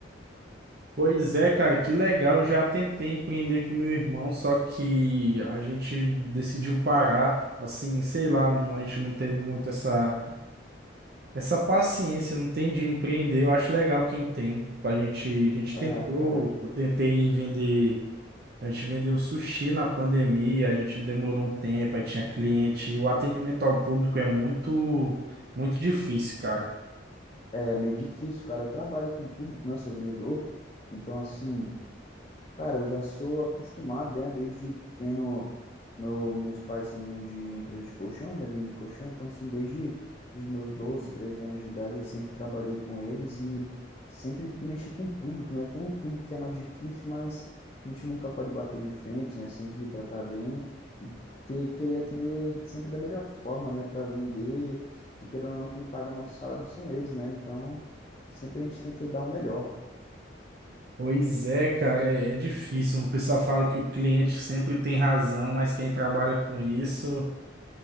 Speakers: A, on the right; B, on the left.
A: Pois é, cara, que legal. Eu Já tentei empreender com meu irmão, só que a gente decidiu parar. Assim, sei lá, não- a gente não teve muito essa, essa paciência, não tem de empreender. Eu acho legal quem tem. A gente, a gente
B: Ah,
A: tentou,
B: cara,
A: eu tentei vender. A gente vendeu sushi na pandemia, a gente demorou um tempo, aí tinha cliente. O atendimento ao público é muito, muito difícil, cara.
B: é meio difícil, cara. Eu trabalho com público, né? Sou vendedor, então assim, Cara, eu já sou acostumado, né? Desde pequeno, meu, meus pais são de empresa de colchão, né? Vendem colchão, então assim, desde os meus 12, 13 anos de idade, eu sempre trabalhei com eles e sempre mexi com o público, né? Tem um público que é mais difícil, mas a gente nunca pode bater de frente, né? Sempre tratar bem e ter, querer atender sempre da melhor forma, né? Para vender, que querendo ou não, quem paga o nosso salário são eles, né? Então, sempre a gente tenta dar o melhor.
A: Pois é, cara, é difícil. O pessoal fala que o cliente sempre tem razão, mas quem trabalha com isso